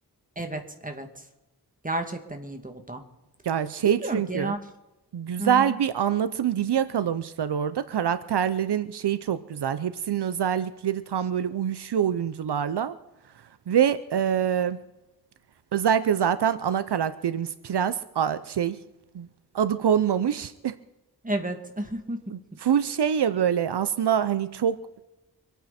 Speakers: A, on the right; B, on the right.
A: Evet, evet. Gerçekten iyiydi o da.
B: Ya şey
A: Bilmiyorum
B: çünkü
A: genel
B: güzel
A: Hı hı.
B: bir anlatım dili yakalamışlar orada. Karakterlerin şeyi çok güzel. Hepsinin özellikleri tam böyle uyuşuyor oyuncularla. Ve eee, özellikle zaten ana karakterimiz Prens a- şey adı konmamış.
A: Evet. <laughs>
B: <laughs> Full şey ya böyle aslında hani çok